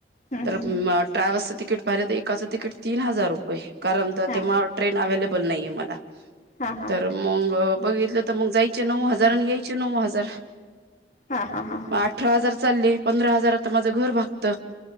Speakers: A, on the left; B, on the right.
A: हा हा
B: तर म ट्रॅव्हल्सचं तिकीट पाहिलं तर एकाचं तिकीट तीन हजार रुपये. कारण ते
A: हा
B: तेव्हा
A: हा
B: ट्रेन अवेलेबल बल नाइये मला
A: हा
B: तर मंग बघितलं तर मंग जायच नऊ हजार आणि यायचे नऊ हजार.
A: हा हा हा हा
B: मग अठरा हजार चालले पंधरा हजारत तर माझं घर भागत.